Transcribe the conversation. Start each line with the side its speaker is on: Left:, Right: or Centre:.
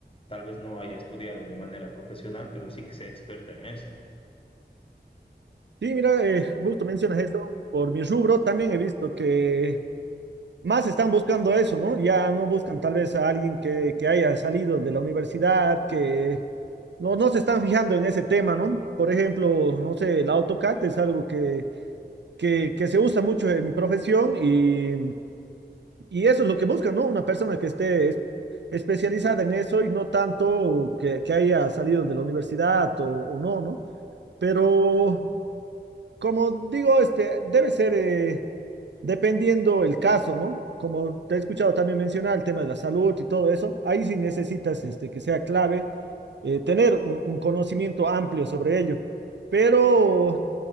Left: tal vez no haya estudiado de manera profesional, pero sí que sea experta en esto.
Right: Sí, mira, eh, justo mencionas esto, por mi rubro también he visto que más están buscando eso, ¿no? Ya no buscan tal vez a alguien que, que haya salido de la universidad, que no, no se están fijando en ese tema, ¿no? Por ejemplo, no sé, el AutoCAD es algo que que, que se usa mucho en mi profesión y Y eso es lo que buscan, ¿no? Una persona que esté es- especializada en eso y no tanto que, que haya salido de la universidad o, o no, ¿no? Pero, como digo, este debe ser eh, dependiendo el caso, ¿no? Como te he escuchado también mencionar el tema de la salud y todo eso, ahí sí necesitas este, que sea clave eh, tener un, un conocimiento amplio sobre ello. Pero